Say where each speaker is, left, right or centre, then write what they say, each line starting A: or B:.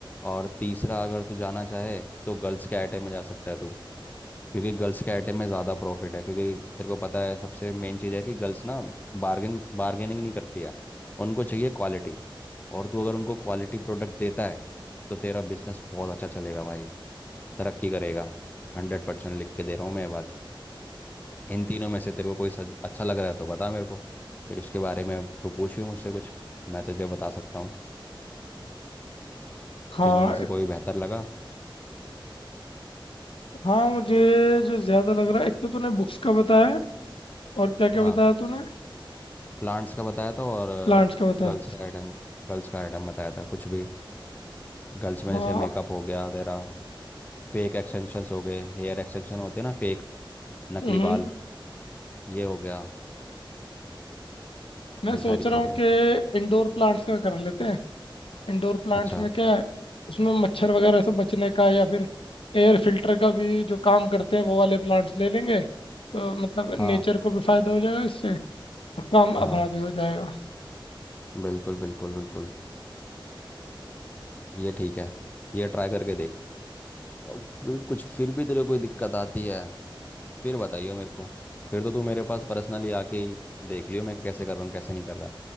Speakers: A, on the left; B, on the left.
A: और तीसरा अगर तू जाना चाहे तो गर्ल्स के आइटम में जा सकता है तू क्योंकि गर्ल्स के आइटम में ज़्यादा प्रॉफिट है क्योंकि तेरे को पता है सबसे मेन चीज़ है कि गर्ल्स ना बार्गेन बार्गेनिंग नहीं करती है उनको चाहिए क्वालिटी और तू अगर उनको क्वालिटी प्रोडक्ट देता है तो तेरा बिजनेस बहुत अच्छा चलेगा भाई तरक्की करेगा हंड्रेड परसेंट लिख के दे रहा हूँ मैं ये बात इन तीनों में से तेरे को कोई सज, अच्छा लग रहा है तो बता मेरे को फिर उसके बारे में तू पूछिए मुझसे कुछ मैं तुझे बता सकता हूँ
B: हाँ
A: तीनों में से कोई बेहतर लगा
B: हाँ मुझे जो ज्यादा लग रहा है एक तो तूने बुक्स का बताया है, और क्या क्या
A: हाँ
B: बताया तूने
A: प्लांट्स का बताया था और
B: प्लांट्स का बताया
A: गर्ल्स का आइटम गर्ल्स का आइटम बताया था कुछ भी गर्ल्स में
B: हाँ
A: जैसे मेकअप हो गया तेरा फेक एक्सटेंशंस हो गए हेयर एक्सटेंशन होते हैं ना फेक नकली
B: हम्म
A: बाल ये हो गया
B: मैं
A: ये
B: सोच
A: सारी
B: रहा
A: चीज़ें
B: हूँ कि इंडोर प्लांट्स का कर लेते हैं इंडोर प्लांट्स
A: अच्छा
B: में क्या है उसमें मच्छर वगैरह से बचने का या फिर एयर फिल्टर का भी जो काम करते हैं वो वाले प्लांट्स ले लेंगे तो मतलब नेचर
A: हाँ
B: को भी फायदा हो जाएगा इससे और काम
A: हाँ
B: अपना भी हो जाएगा
A: बिल्कुल बिल्कुल बिल्कुल ये ठीक है ये ट्राई करके देख और फिर कुछ फिर भी तेरे को कोई दिक्कत आती है फिर बताइए मेरे को फिर तो तू मेरे पास पर्सनली आके ही देख लियो मैं कैसे कर रहा हूँ कैसे नहीं कर रहा